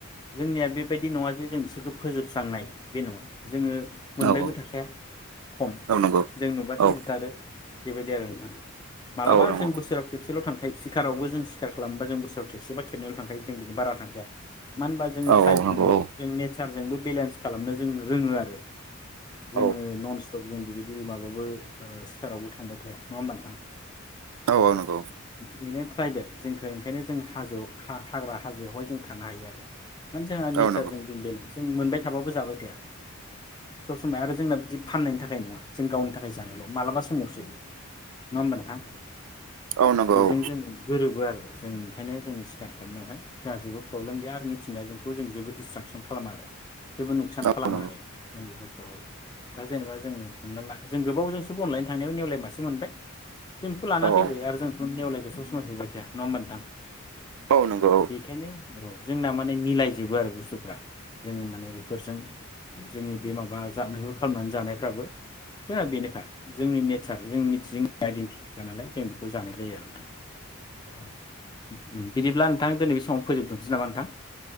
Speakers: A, on the left (about 20°); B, on the right (about 80°).
A: जोंनिया बे बायदि नङा जे जों बिसोरखौ फोजोबस्रांनाय बे नङा जोङो मोनबायबो
B: औ
A: थाखाया खम
B: औ नंगौ
A: जों नुबासो
B: औ
A: बुथारो। बेबायदि आरो नोंथां। मालाबा
B: औ नंगौ
A: जों बोसोराव खेबस सिल' थांखायो सिखारावबो जों सिखार खालामबा जों बोसोराव खेबसेबा खेननैल थांखायो जों बिनि बारा थांखाया। मानो होनबा जोङो
B: औ
A: ट्राइब
B: नंगौ
A: नालाय
B: औ
A: जों नेचारजों नोंबो बेलेन्स खालामनो जों रोङो आरो। जोङो
B: औ
A: ननस सफ जों बिबायदि माबाबो ओ सिखारावबो थांबाय थाया नङा होमबा नोंथां?
B: औ औ नोंगौ।
A: बिनो ट्राइबेल जोंखो ओंखायनो जों हाजोआव हा-हाग्रा हाजोआवहाय जों थानो हायो आरो माने जोङो नेचारजों
B: औ नंगौ
A: जों बेलेन्स जों मोनबाय थाबाबो जाबाय थाया। सब समाय आरो जोंना बिदि फाननायनि थाखाय नङा। जों गावनि थाखाय जानायल' मालाबा समावसो नङा होमबा नोंथां?
B: औ नंगौ
A: बेजों
B: औ
A: जों गोरोबो आरो। जों ओंखायनो जों सिखार खालामनो हाबाय। जोंहा जेबो प्रब्लेम गैया आरो मिथिं जों खौ जों जेबो डिसट्राकसन खालामा आरो जेबो नुकसान खालामा
B: औ नंगौ औ नंगौ औ नंगौ औ
A: आरो। जों बेफोरखौ दा जेनेबा जोङो हमना ला जों गोबावजोंसो बनलायनो थांनायाव नेवलाय मासे मोनबाय जों बेखौ
B: नंगौ
A: लान फैबाय
B: औ
A: आरो जोंथ' नेवलाय बे सब समाय जोबायथाया नङा ओमबा नोंथां?
B: औ नंगौ औ।
A: बेखायनो औ जोंना माने मिलाय जोबो आरो बुस्थुफ्रा जोङो माने बेफोरजों जोंनि बे माबा जा मैहुर खालामनानै जानायफ्राबो फुरा बेनोखा जोंनि नेथ सा जों मिथिं <unintelligible> आइडेन्टि। गानालाय जों। बो जानाय जायो आरो नोंथां। उम बिदिब्ला नोंथां दिनै बे समावनो फोजोबथनोसै नामा नोंथां?